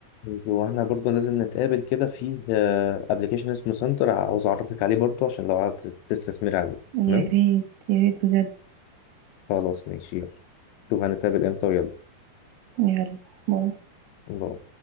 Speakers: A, on the left; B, on the right.
A: واحنا برضه لازم نتقابل كده في ابلكيشن اسمه سنتر عاوز أعرفك عليه برضه عشان لو عايز تستثمر عليه
B: يا
A: تمام
B: ريت يا ريت بجد
A: خلاص ماشي يلا شوف هنتقابل امتى ويلا
B: يلا باي
A: باي.